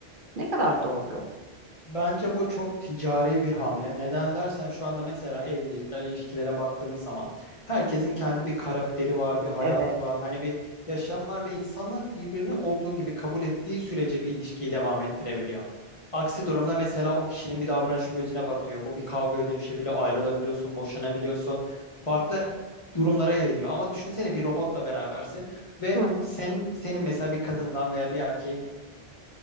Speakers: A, on the right; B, on the left.
A: ne kadar doğru?
B: Bence bu çok ticari bir hamle. Neden dersen şu anda mesela evlilikler, ilişkilere baktığımız zaman herkesin kendi bir karakteri var, bir hayatı
A: Evet.
B: var. Hani bir yaşam var ve insanlar birbirini olduğu gibi kabul ettiği sürece bir ilişkiyi devam ettirebiliyor. Aksi durumda mesela o kişinin bir davranışı gözüne batıyor. Bu bir kavgaya dönüşebiliyor, ayrılabiliyorsun, boşanabiliyorsun. Farklı durumlara yayıyor. Ama düşünsene bir robotla berabersin ve
A: Hı.
B: sen senin mesela bir kadından veya bir erkeğin